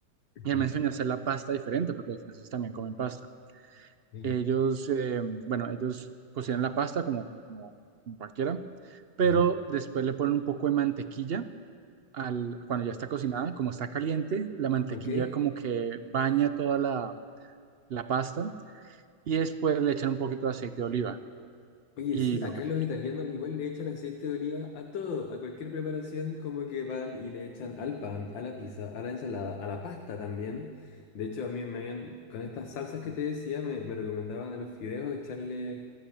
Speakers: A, on the left; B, on the right.
A: Ujú,
B: y él me enseñó a hacer la pasta diferente porque los franceses también comen pasta.
A: bien.
B: Ellos, eh, bueno, ellos cocinan la pasta como, como, como cualquiera, pero
A: Ujú,
B: después le ponen un poco de mantequilla al, cuando ya está cocinada, como está caliente, la mantequilla
A: Ok,
B: como que baña toda la, la pasta y después le echan un poquito de aceite de oliva
A: Oye,
B: y
A: sí,
B: lo
A: acá
B: que tú
A: los
B: quieras.
A: italianos igual le echan aceite de oliva a todo, a cualquier preparación, como que van y le echan al pan, a la pizza, a la ensalada, a la pasta también. De hecho, a mí me habían, con estas salsas que te decía, me, me recomendaban a los fideos echarle